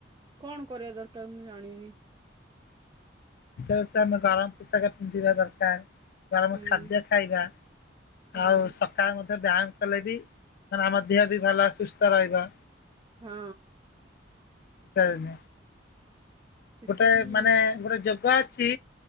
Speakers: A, on the right; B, on the left.
A: କଣ କରିବା ଦରକାର ମୁଁ ଜାଣିନି।
B: <unintelligible> ଆମେ ଗରମ ପୋଷାକ ପିନ୍ଧିବା ଦରକାର। ଗରମ
A: ହୁଁ
B: ଖାଦ୍ୟ ଖାଇବା ଆଉ
A: ହୁଁ
B: ସ ସକାଳେ ମଧ୍ୟ ବ୍ୟାୟାମ କଲେ ବି ମ ଆମ ଦେହ ବି ଭଲ ସୁସ୍ଥ ରହିବ।
A: ହଁ।
B: ସେମ
A: ଶୀତ
B: ଗୋଟେ
A: ଦିନ
B: ମାନେ
A: ଏଇ
B: ଗୋଟେ ଯୋଗ ଅଛି।